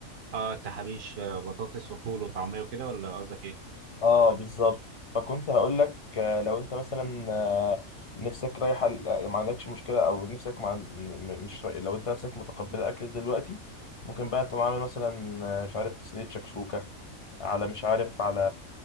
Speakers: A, on the right; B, on the left.
A: اه انت حبيش آه، بطاطس وفول وطعميه وكده ولا قصدك ايه
B: اه بالظبط فكنت هقول لك آه، لو انت مثلا آه، نفسك رايحه ل- آه، ما عندكش مشكله او نفسك مع م- م- مش راي- لو انت نفسك متقبله اكل دلوقتي ممكن بقى تقوم عامل مثلا آه، مش عارف صينيه شكشوكه على مش عارف على